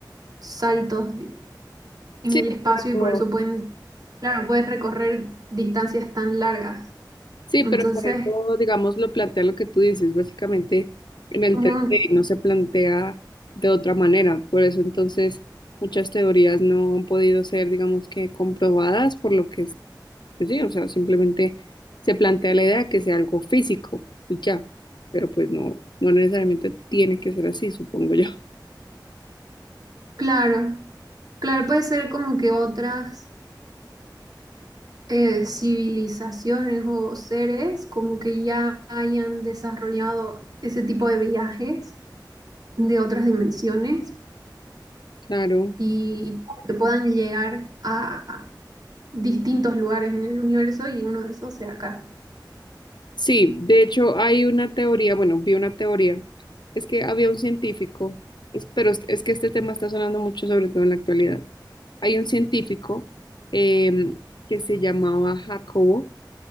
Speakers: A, on the right (about 55°); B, on the left (about 70°).
A: saltos di- en
B: Sí,
A: el espacio
B: pero,
A: y por eso pueden, claro, pueden recorrer distancias tan largas.
B: sí,
A: Entonces,
B: pero por eso, digamos, lo plantea lo que tú dices, básicamente en el
A: ujú,
B: 3D no se plantea de otra manera. Por eso entonces muchas teorías no han podido ser, digamos que, comprobadas, por lo que Pues sí, o sea, simplemente se plantea la idea que sea algo físico y ya, pero pues no, no necesariamente tiene que ser así, supongo yo. <laughs>
A: claro, claro, puede ser como que otras eh, civilizaciones o seres como que ya hayan desarrollado ese tipo de viajes de otras dimensiones.
B: Claro.
A: y que puedan llegar a distintos lugares en el universo y uno de esos sea acá.
B: Sí, de hecho hay una teoría, bueno, vi una teoría, es que había un científico, es- pero es, es que este tema está sonando mucho, sobre todo en la actualidad. Hay un científico em, que se llamaba Jacobo